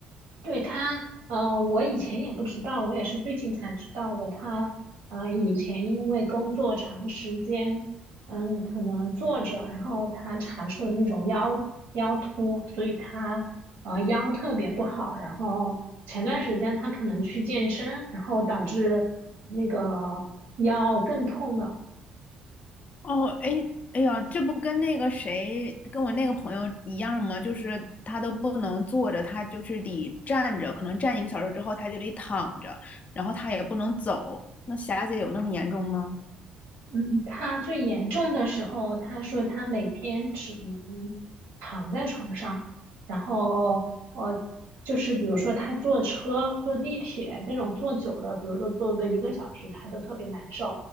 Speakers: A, on the right (about 65°); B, on the left (about 40°).
A: 对他，呃，我以前也不知道，我也是最近才知道的。他，呃，以前因为工作长时间，嗯，可能坐着，然后他查出了那种腰腰突，所以他，呃，腰特别不好。然后前段时间他可能去健身，然后导致那个腰更痛了。
B: 哦，哎，哎呀，这不跟那个谁，跟我那个朋友一样吗？就是她都不能坐着，她就是得站着，可能站一个小时之后，她就得躺着，然后她也不能走。那霞姐有那么严重吗？
A: 嗯，他最严重的时候，他说他每天只能躺在床上，然后呃，就是比如说他坐车、坐地铁那种坐久了，比如说坐个一个小时，他都特别难受